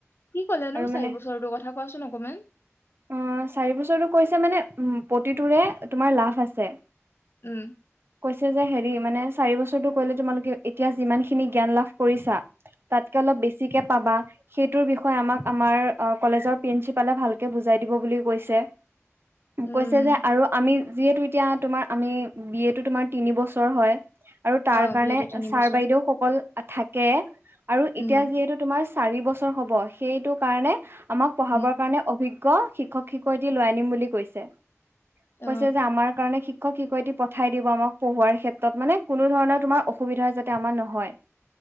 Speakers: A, on the left; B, on the right.
A: কি ক'লেনো
B: আৰু
A: চাৰি
B: মানে
A: বছৰটোৰ কথা কোৱাচোন অকমান
B: অ চাৰি বছৰটো কৈছে মানে প্ৰতিটোৰে তোমাৰ লাভ আছে
A: উম'।
B: কৈছে যে হেৰি মানে চাৰি বছৰটো কলে তোমালোকে এতিয়া যিমান খিনি জ্ঞান লাভ কৰিছা তাত অ পাবা সেইটো বিষয়ে কলেজৰ প্ৰিন্চিপালে ভাল বুজাই দিব বুলি কৈছে
A: উম
B: কৈছে যে আৰু আমি যিহেতু এতিয়া তোমাৰ আমি বি এ তো তোমাৰ তিনি বছৰ হয় আৰু তাৰ
A: অ
B: কাৰণে
A: বি এ টো তিনি
B: ছাৰ
A: বছৰ
B: বাইদেউসকল থাকে আৰু
A: উম
B: এতিয়া যিহেতু তোমাৰ চাৰি বছৰ হ'ব সেইটো কাৰণে আমাক পঢ়াবৰ
A: উম
B: কাৰণে অভিজ্ঞ শিক্ষক শিক্ষয় দি লৈ আনিম বুলি কৈছে
A: অ
B: কৈছে যে আমাৰ কাৰণে শ কি কয় দি পঠাই দিব আমাক পঢ়োৱাৰ ক্ষেত্ৰত মানে কোনো ধৰণৰ তোমাৰ অসুবিধা যাতে আমাৰ নহয়